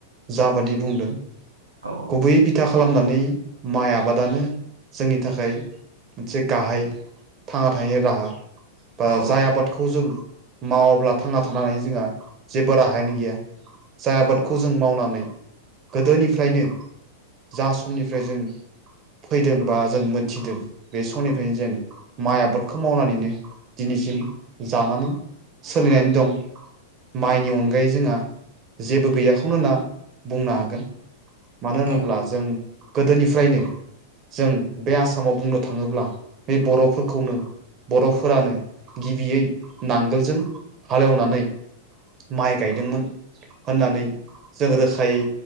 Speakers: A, on the right; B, on the right.
A: जाबादि बुंदों
B: औ औ
A: गुबैयै बिथा खालामनानै माइ आबादानो जोंनि थाखाय मोनसे गाहाय थांना थानायनि राहा बा
B: औ
A: जाय आबादखौ जों मावाब्ला थांना थानानै जोंहा जेबो राहायानो गैया जाय आबादखौ
B: औ
A: जों मावनानै गोदोनिफ्रायनो जा समनिफ्राय जों फैदों बा जों मोनथिदों बे समनिफ्रायनो जों माइ आबादखौ मावनानैनो दिनैसिम जानानै सोलिनानै दं माइनि अनगायै जोंहा जेबो गैयाखौनो होनना बुंनो हागोन मानो होनोब्ला
B: औ
A: जों गोदोनिफ्रायनो जों बे आसामाव बुंनो थाङोब्ला बे बर'फोरखौनो बर'फोरानो गिबियै नांगोलजों हालेवनानै माइ गायदोंमोन। होननानै जों रोखायै